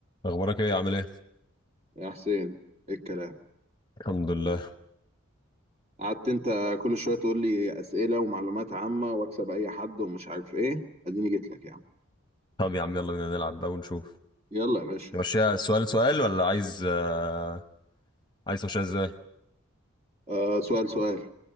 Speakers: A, on the left (about 20°); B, on the right (about 30°).
A: اخبارك ايه عامل ايه
B: يا حسين ايه الكلام
A: الحمد لله
B: قعدت انت كل شويه تقول لي اسئله ومعلومات عامه واكسب اي حد ومش عارف ايه اديني جيت لك يا عم
A: طب يا عم يلا بينا نلعب بقى ونشوف
B: يلا يا باشا
A: نمشيها سؤال سؤال ولا عايز آه... عايز تمشيها ازاي
B: آه سؤال سؤال